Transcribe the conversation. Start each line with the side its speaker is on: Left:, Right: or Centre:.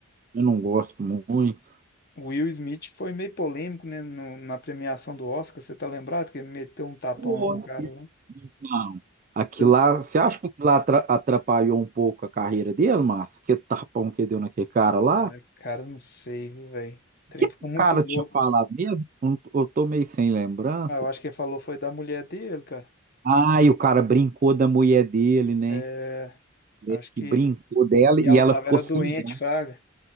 Right: Eu não gosto muito.
Left: O Will Smith foi meio polêmico, né, no- na premiação do Oscar, você tá lembrado que ele meteu um tapão
Right: Foi.
Left: lá no cara lá?
Right: Então, aquilo
Left: Ele-
Right: lá, você acha que aquilo lá atra- atrapalhou um pouco a carreira dele, Márcio? Aquele tapão que deu naquele cara
Left: Ah,
Right: lá? O
Left: cara, não sei, viu, velho? O trem
Right: que
Left: ficou
Right: o
Left: muito
Right: cara
Left: louco.
Right: tinha falado mesmo? Eu não tô eu tô meio sem lembrança.
Left: Ah, eu acho que ele falou foi da mulher dele, cara.
Right: Ah, e o cara brincou da mulher dele, né?
Left: É,
Right: Parece
Left: acho
Right: que
Left: que.
Right: brincou dela
Left: E
Right: e
Left: ela
Right: ela
Left: tava,
Right: ficou
Left: era
Right: sem
Left: doente,
Right: graça.
Left: fraga.